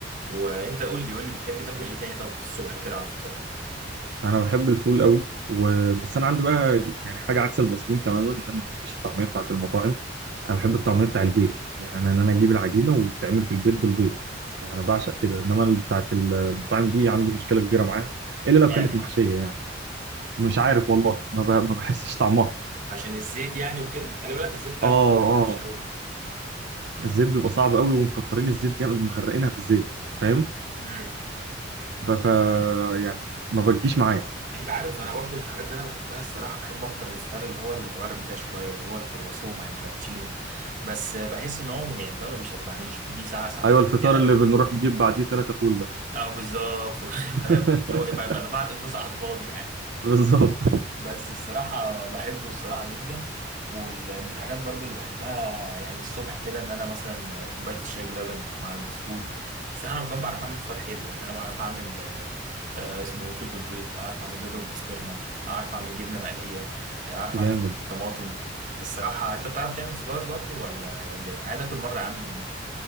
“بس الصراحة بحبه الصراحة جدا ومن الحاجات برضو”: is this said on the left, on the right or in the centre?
Right